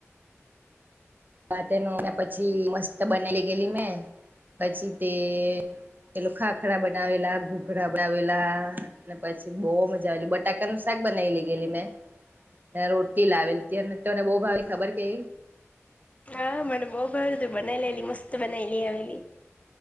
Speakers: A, on the right; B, on the left.
A: <unintelligible> પછી મસ્ત બનેલી ગયેલી મેં પછી તે. પેલું ખાખરા બનાવેલા ઘૂઘરા બનાવેલા અનેને પછી બહુ મજા આવેલી બટાકાનુ <unintelligible> બનાઈ લી ગેલી મેં. રોટી લાવેલી ત તોને બહુ ભાવ ખબર કે.
B: હા મને બહુ <unintelligible> તું બના લેલી મસ્ત બનાલી આવેલી.